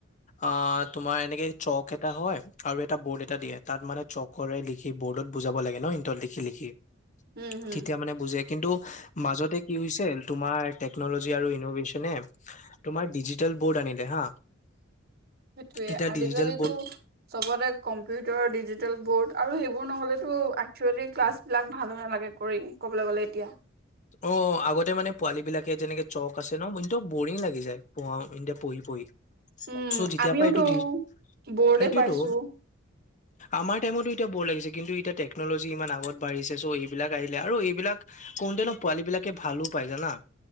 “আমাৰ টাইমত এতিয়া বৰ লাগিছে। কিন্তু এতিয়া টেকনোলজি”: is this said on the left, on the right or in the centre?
Left